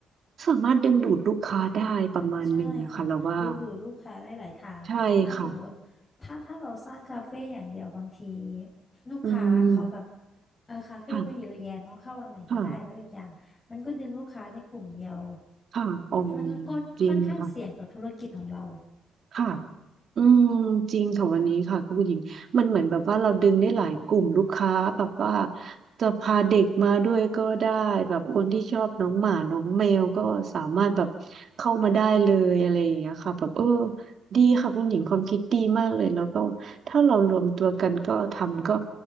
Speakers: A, on the right (about 55°); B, on the left (about 30°).
A: สามารถดึงดูดลูกค้าได้ประมาณหนึ่งนะคะเราว่า
B: ใช่ค่ะดึงดูดลูกค้าได้หลายทางอ่ะสมมติถ้าถ้าเราสร้างคาเฟ่อย่างเดียวบางที
A: ใช่ค่ะ
B: ลูกค้าเขาแบบ
A: อืม
B: เออคาเฟ่ก็เยอะแยะเนาะเข้าอันไหนก็ได้แล้วอีกอย่างมันก็ดึงลูกค้าได้กลุ่มเดียว
A: ค่ะค่ะค่ะอ๋อ
B: มันก็ค่อนค่อนข้างเสี่ยงต่อธุรกิจของเรา
A: จริงค่ะ ค่ะอืมจริงค่ะวันนี้ค่ะคุณผู้หญิงมันเหมือนแบบว่าเราดึงได้หลายกลุ่มลูกค้าแบบว่าจะพาเด็กมาด้วยก็ได้แบบคนที่ชอบน้องหมาน้องแมวก็สามารถแบบเข้ามาได้เลยอะไรอย่างเงี้ยค่ะแบบเออดีค่ะคุณหญิงความคิดดีมากเลยแล้วก็ถ้าเรารวมตัวกันก็ทำก็